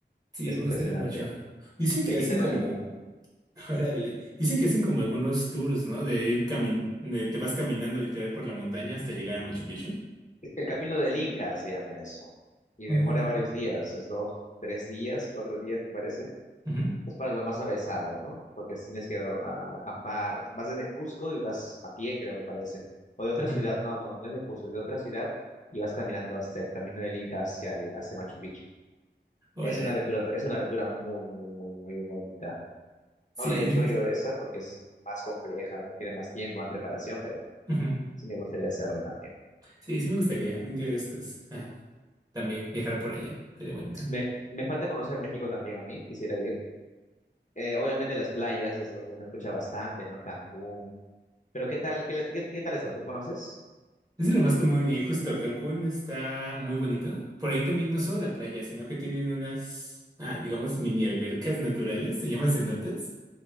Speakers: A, on the right (about 20°); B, on the left (about 40°).
A: Sí,
B: Es
A: me
B: impresionante.
A: gustaría mucho. Dicen
B: Te
A: que
B: quita
A: hacen
B: el
A: como,
B: aliento.
A: <laughs> órale, dicen que hacen como algunos tours, ¿no? De ir camin, eh, te vas caminando literal por la montaña hasta llegar a Machu Picchu.
B: El camino del Inca se llama eso. Y demora
A: Órale.
B: varios días, es dos, tres días, cuatro días, me parece.
A: Ujú,
B: Es para los más avesados, ¿no? Porque tienes que dor- a- acampar. Vas desde Cusco y vas a pie, creo, me parece. O de otra
A: ujú.
B: ciudad, no, no, no es de Cusco, es de otra ciudad y vas caminando hasta el camino del Inca hacia, el, hacia Machu Picchu.
A: Órale.
B: Es una aventura, es una aventura muy, muy, muy, muy bonita.
A: Sí,
B: No la he hecho
A: sí,
B: yo
A: sí.
B: esa porque es más compleja, ¿no? Tiene más tiempo, más preparación, pero
A: Ujú.
B: sí me gustaría hacerla también.
A: Sí, sí me gustaría un día de estos. Ah, también viajar por allá. Sería bonito.
B: Me, me falta conocer México también a mí, quisiera ir. Eh, obviamente las playas es lo que uno escucha bastante, ¿no? Cancún. Pero ¿qué tal? ¿Qué, le- qué, qué tales son? ¿Tú conoces?
A: Es de lo más común y justo Cancún está muy bonito. Por ahí también no solo la playa, sino que tienen unas, ah, digamos, mini albercas naturales, se llaman cenotes.